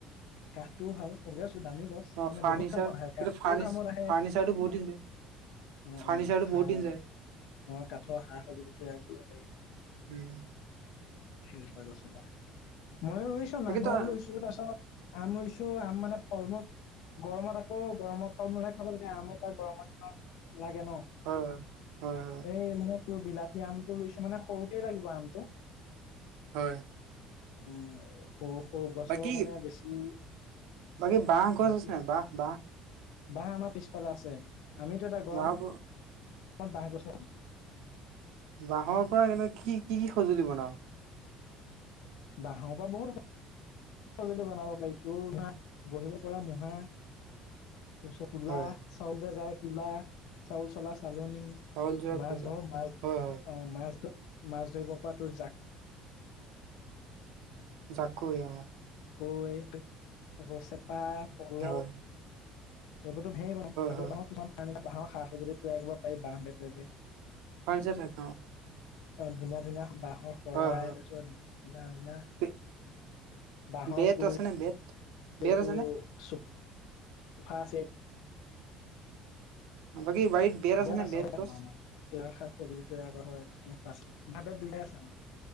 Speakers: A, on the left (about 75°); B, on the right (about 85°).
A: কাঠটোও ভাল <inaudible> দামী গছ
B: অ
A: মানে
B: ফাৰ্ণিচাৰ
A: বহুত কামত আহে!
B: এইটো
A: কাঠটোও
B: ফাৰ্ণি
A: কামত আহে!
B: ফাৰ্ণিচাৰটো বহুত দিন
A: অ',
B: ফাৰ্ণিচাৰটো
A: অ' সা
B: বহুত দিন যায়
A: অ' অ কাঠৰ সা সজুঁলি তৈয়াৰ কৰিব পাৰি!
B: উম।
A: সেইজোপা গছপা মইয়ো ৰুইছোঁ!
B: বাকী
A: নাহৰ
B: তই
A: ৰুইছোঁ তাৰপিছত আম ৰুইছোঁ! আম মানে ফলমূল গৰমত আকৌ গৰমৰ ফল মূলহে খাব লাগে! আম এতিয়া গৰমৰ দিনত লাগে ন
B: হয়, হয়, হয়, হয়!
A: এই মানে তোৰ বিলাতী আমটো ৰুইছোঁ, মানে সৰুতেই লাগিব আমটো
B: হয়!
A: উম, সৰু, সৰু গছৰ
B: বাকী
A: মানে বেছি
B: বাকী বাঁহ গছ
A: বাকী
B: আছে নায় বাঁহ, বাঁহ
A: বাঁহ আমাৰ পিছফালে আছে! আমিতো এটা গৰ
B: বাঁহৰ
A: মত, বাঁহগছ
B: বাঁহৰ পৰা কেনে কি, কি, কি সঁজুলি বনাৱ
A: বাঁহৰ পৰা বহুত সঁজুলি বনাব পাৰি! <unintelligible> বহিব পৰা মূঢ়া তাৰপিছত কুলা
B: হয়
A: চাউল যে জাৰে কুলা চাউল চলা চালনি
B: চাউল জৰা
A: মাছ
B: কুলা
A: ধৰ মাছ
B: হয় হয়
A: অ' মাছ, মাছ ধৰিব পৰা তোৰ জাক
B: জাকৈ অ'
A: কৈ, আকৌ চেপা পল'
B: হয় হয়
A: এইবোৰতো ধেই বনাই আকৌ
B: হয়
A: বাঁহৰ কিমান <unintelligible> বাঁহৰ সা সঁজুলিদি তৈয়াৰ কৰিব পাৰি বাঁহ বেতে যে
B: পাইছে থাক ন
A: অ' ধুনীয়া, ধুনীয়া বাঁহৰ শৰাই
B: হয় হয়।
A: তাৰপিছত ধুনা ধুনীয়া
B: <inaudible>
A: বাঁহৰ তোৰ
B: আছেনে বেত? বেত
A: এইটো
B: আছেনে?
A: চোফা চেট
B: বাকী বাৰীত বেত
A: <unintelligible>
B: আছেনে বেত গছ?